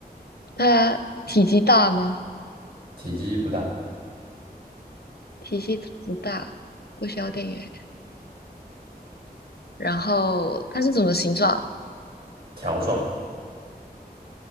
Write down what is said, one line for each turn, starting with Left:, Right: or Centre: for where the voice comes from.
Left: 它体积大吗？
Right: 体积不大，
Left: 体积不大，不需要电源。然后它是什么形状啊
Right: 条状的，